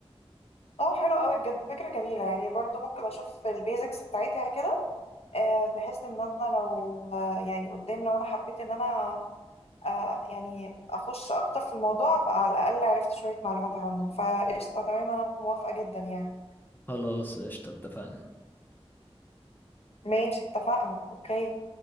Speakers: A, on the left; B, on the left.
A: اه حلو قوي بجد فكره جميله يعني برضو ممكن اشوف البيزكس بتاعتها كده آه، بحيث ان انا لو آه، يعني قدام لو انا حبيت ان انا آه، يعني اخش اكتر في الموضوع ابقى على الاقل عرفت شويه معلومات عنه فقشطه تمام انا موافقه جدا يعني
B: خلاص قشطه اتفقنا
A: ماشي اتفقنا اوكي